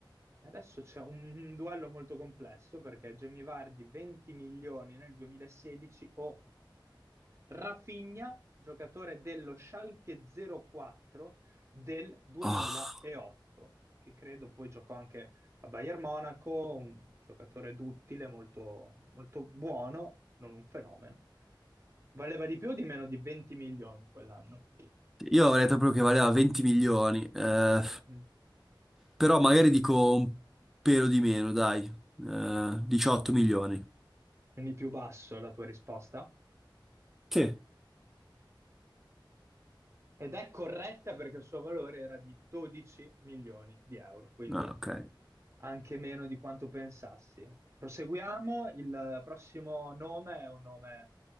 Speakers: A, on the right; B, in the centre.
A: E Adesso c'è un, un duello molto complesso perché Jamie Vardy 20 milioni nel 2016 o Rafinha, giocatore dello Schalke 04 del 2008,
B: Ah.
A: che credo poi giocò anche a Bayern Monaco, un giocatore duttile, molto, molto buono, non un fenomeno. Valeva di più o di meno di 20 milioni quell'anno?
B: Io avrei detto proprio che valeva 20 milioni, eh,
A: Mm.
B: però magari dico un pelo di meno, dai, eh, 18 milioni.
A: Quindi più basso la tua risposta?
B: Che?
A: Ed è corretta perché il suo valore era di 12 milioni di euro, quindi
B: Ah, ok.
A: anche meno di quanto pensassi. Proseguiamo, il prossimo nome è un nome